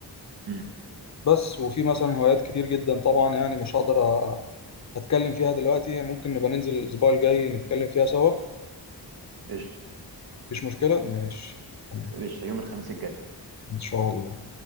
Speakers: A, on the right; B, on the left.
A: مم.
B: بس وفي مثلا هوايات كتير جدا طبعا يعني مش هقدر أ- اتكلم فيها دلوقتي ممكن نبقى ننزل الاسبوع الجاي نتكلم فيها سوا
A: قشطة
B: مفيش مشكله ماشي تمام
A: قشطة يوم الخميس الجاي
B: ان شاء الله